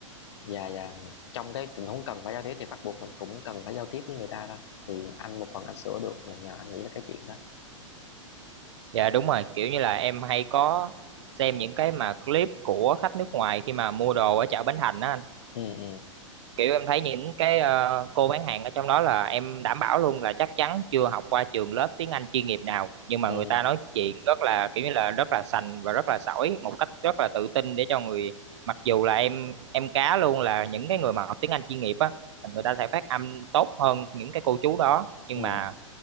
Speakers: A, on the left; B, on the right.
A: và và trong cái tình huống cần phải giao tiếp thì bắt buộc mình cũng cần phải giao tiếp với người ta thôi thì anh một phần anh sửa được là nhờ anh nghĩ là cái chuyện đó
B: dạ đúng rồi kiểu như là em hay có xem những cái mà clip của khách nước ngoài khi mà mua đồ ở chợ Bến Thành á anh
A: ừ ừ
B: kiểu em thấy những cái ờ, cô bán hàng ở trong đó là em đảm bảo luôn là chắc chắn chưa học qua trường lớp tiếng Anh chuyên nghiệp nào nhưng mà
A: ừ
B: người ta nói chuyện rất là kiểu như là rất là sành và rất là sỏi một cách rất là tự tin để cho người mặc dù là em em cá luôn là những cái người mà học tiếng Anh chuyên nghiệp á người ta sẽ phát âm tốt hơn những cái cô chú đó nhưng
A: ừ
B: mà